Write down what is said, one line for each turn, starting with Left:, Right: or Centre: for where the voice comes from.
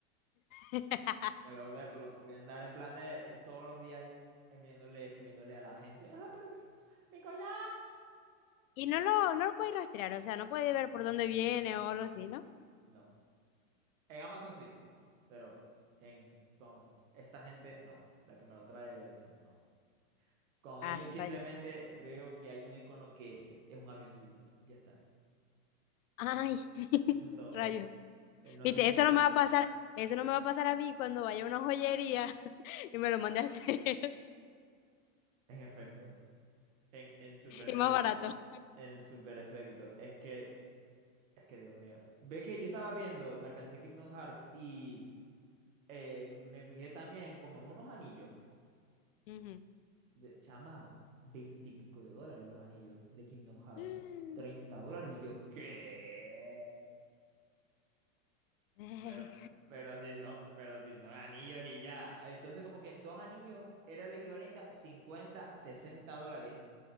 Left: <laughs>
Right: Me voy a volver loco, voy a andar en plan de todos los días enviándole, escribiéndole a la agencia, ah, pero mi, mi collar.
Left: Y no lo, no lo podéis rastrear, o sea, no podéis ver por dónde viene o algo así, ¿no?
Right: No, en Amazon sí, pero en, con esta gente no, la que me lo trae, no, no. Con
Left: Ah,
Right: ellos simplemente
Left: rayo.
Right: veo que hay un icono que es un avioncito. Ya está.
Left: Ay, <laughs>
Right: Eso es todo.
Left: rayo.
Right: Eh, No
Left: Viste,
Right: sé si
Left: eso no me va a pasar, eso no me va a pasar a mí cuando vaya a una joyería <laughs> y me lo mande a hacer. <laughs>
Right: en efecto, en, en super
Left: Y
Right: efecto,
Left: más barato.
Right: en super efecto. Es que, es que Dios mío. Ve que yo estaba viendo Mercancía de Kingdom Hearts y eh, me fijé también como en unos anillos.
Left: Ujú.
Right: De, chama, veintipico de dólares los anillos de Kingdom Hearts.
Left: <sighs>
Right: Treinta dólares y yo, ¿qué?
Left: Eh,
Right: Pero, pero sí son, pero sí son anillos y ya. Entonces, como que dos anillos era el equivalente a 50, 60 dólares.